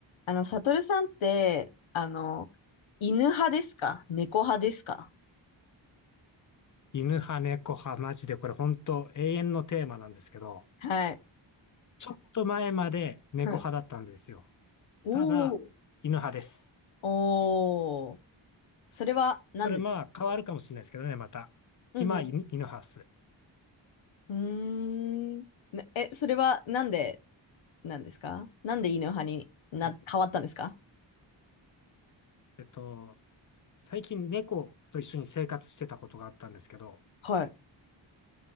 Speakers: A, on the left (about 80°); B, on the left (about 45°).
A: あの、サトルさんって、あの、犬派ですか猫派ですか
B: 犬派、猫派、マジでこれ本当永遠のテーマなんですけど、
A: はい。
B: ちょっと前まで猫派だったんですよ。
A: うん。おー。
B: ただ、犬派です。
A: おー。それはなんでですか
B: これまあ変わるかもしれないですけどね、また。
A: うん
B: 今、犬、犬派っす。
A: うん。うーん。ねえ、それはなんで、なんですかなんで犬派にな、
B: え、
A: 変わったんですか
B: えっと、最近猫と一緒に生活してたことがあったんですけど、
A: はい。